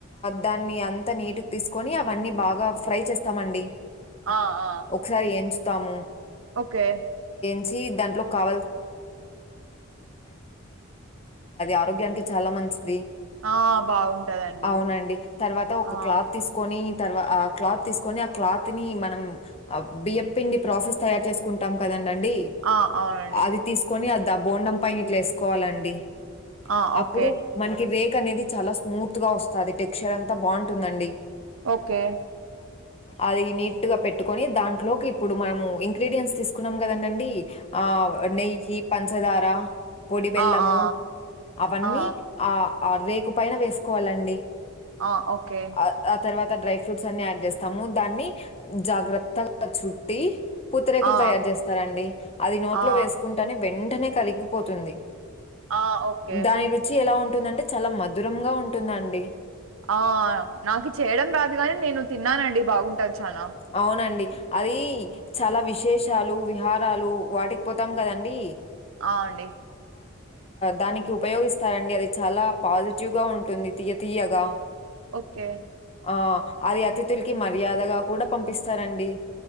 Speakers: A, on the left; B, on the right.
A: దాన్ని అంతా నీటుకి తీసుకొని అవన్నీ బాగా ఫ్రై చేస్తామండి
B: ఆ ఆ
A: ఒకసారి ఎంచుతాము
B: ఓకే
A: మ అవం ఆరోగ్యానికి చాలా మంచిది
B: ఆ బాగుంటదండి
A: అవునండి తర్వాత ఒక
B: ఆ
A: క్లాత్ తీసుకొని తర్వా ఆ క్లాత్ తీసుకొని ఆ క్లాత్ ని మనం బియప్పిండి ప్రాసెస్ తయారు చేసుకుంటాం కదం అడి
B: ఆ అవునండి
A: అది తీసుకొని అద్ద బోండం పని ఇట్లు వేసుకోవాలండి
B: ఆ
A: అప్పుడు
B: ఓకే
A: మనకి రేక్ అనేది చాలా స్మూత్ గా వస్తుంది టెక్స్చర్ అంతా బాగుంటుందండి
B: ఓకే
A: అది నీట్ గా పెట్టుకొని దాంట్లోకి ఇప్పుడు మనము ఇంగ్రీడియంయంట్స్ తీసుకున్నాం కదండండి ఆ నెయ్యి పంచదార పొడిబెల్లము
B: ఆ ఆ
A: అవన్నీ
B: ఆ
A: ఆ అరుదేకు పైన వేసుకోవాలండి
B: ఆ ఓకే
A: ఆ ఆ తర్వాత డ్రై ఫ్రూట్స్ అన్ని యాడ్ చేస్తాము దాన్ని జాగ్రత్తగా చుట్టి పుత్తరేకులు
B: ఆ
A: తయారు చేస్తారండి అది నోట్లో
B: ఆ
A: వేసుకుంటానే వెంటనే కరిగిపోతుంది
B: ఆ ఓకే
A: దాని రుచి ఎలా ఉంటుందంటే చాలా మధురంగాగా ఉంటుందండి
B: ఆ నాకు చేయడం రాదుగాని నేను తిన్నానండి బాగుంటది చానా
A: అవునండి అది చాలా విశేషాలు విహారాలు వాటికి పోతాం కదండి
B: అవు అండి
A: దానికి ఉపయోగిస్తారంండి అది చాలా పాజిటివ్ గా ఉంటుంది తీయ తీయగా
B: ఓకే
A: ఆ అది అతిథులకి మర్యాదగా కూడా పంపిస్తారంండి